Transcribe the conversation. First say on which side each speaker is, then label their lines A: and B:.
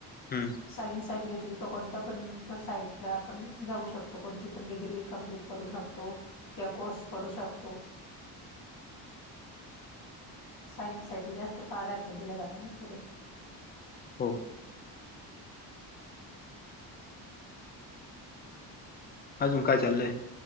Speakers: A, on the left; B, on the left.
A: हम्म.
B: सायन्स साईट घेतली का कोणत पण साईटला आपण जाऊ शकतो कोणती पण डिग्री कंप्लीट करू शकतो किंवा कोर्स करू शकतो. सायन्स साईट जास्त प्राधान्य दिलं जातं ना पुढे.
A: हो. अजून काय चाललं आहे.